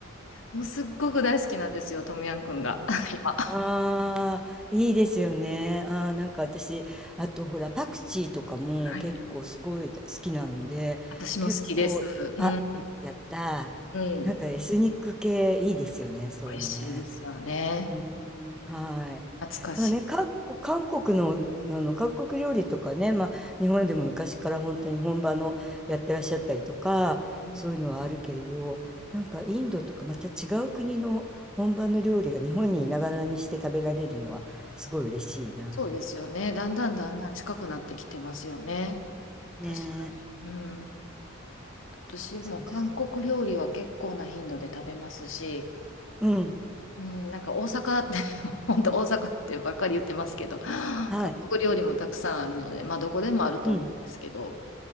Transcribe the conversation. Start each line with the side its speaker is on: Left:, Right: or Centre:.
Left: もうすっごく大好きなんですよ、トムヤンくんが、<laughs> 今。
Centre: ああー、いいですよね。あー、なんか私、あとほら、パクチーとかも結構すごい好きなので、
Left: はい。私も好きです。
Centre: 結構、
Left: うん、
Centre: あ、やったー。
Left: うん。
Centre: なんかエスニック系いいですよね、そういうのね。
Left: 美味しいですよね。
Centre: うん、はい。
Left: 懐かしい。
Centre: まあね、韓国、韓国の、あの、韓国料理とかね、まあ、日本でも昔から本当に本場のやってらっしゃったりとか、
Left: うん
Centre: そういうのはあるけれど、なんかインドとかまた違う国の本場の料理が日本にいながらにして食べられるのはすごい嬉しいな。
Left: そうですよね。だんだんだんだん近くなってきてますよね。
Centre: ねえ。
Left: 確かに。うん。私も韓国料理は結構な頻度で食べますし、
Centre: そうそう。うん。
Left: うん、なんか大阪って <laughs> 本当大阪ってばっかり言ってますけど、韓国料理もたくさんあるので、
Centre: はい。
Left: まあどこでもあると思うんですけど、
Centre: うん。